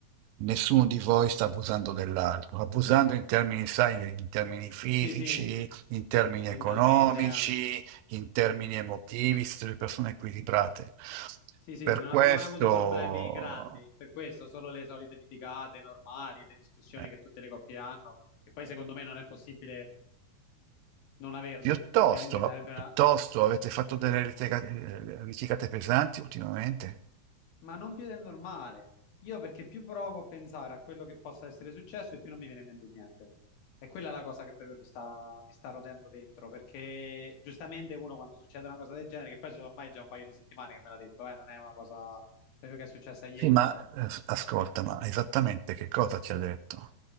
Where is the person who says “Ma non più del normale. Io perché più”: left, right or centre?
Left